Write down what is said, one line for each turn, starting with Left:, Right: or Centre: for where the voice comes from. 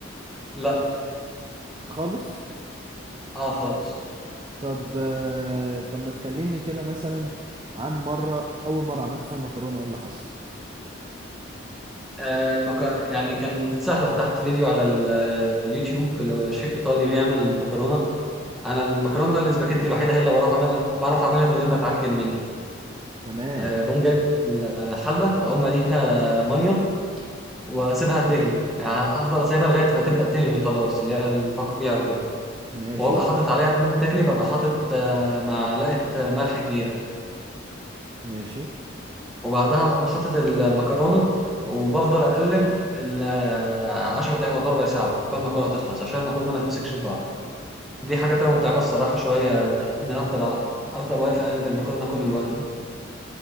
Centre: لا
Right: خالص
Centre: اه خالص
Right: طب آه، طب ما تكلمني كده مثلا عن مرة أول مرة عملت فيها المكرونة إيه اللي حصل
Centre: آه، المك... يعني كان سهلة فتحت فيديو على اليوتيوب اللي هو شيف ايطالي بيعمل المكرونة انا المكرونه الاسباجيتي الوحيده هي اللي بعرف اعملها بعرف اعملها من غير ما تعجن مني
Right: تمام
Centre: أه بقوم جايب الحله اقوم مليها ميه واسيبها تغلي يعني افضل اسيبها لغايه ما تبدا تغلي خلاص اللي هي الفقاقيع وكده
Right: ماشي
Centre: وابقى حاطط عليها قبل ما تغلي ببقى حاطط آه، معلقه آه، ملح كبيره
Right: ماشي
Centre: وبعدها اقوم حاطط المكرونه وبفضل اقلب ال 10 دقايق ولا ربع ساعه قبل المكرونه تخلص عشان المكرونه ما تمسكش في بعض دي حاجه تبقى متعبه الصراحه شويه ان انا افضل افضل واقف اقلب المكرونه كل الوقت ده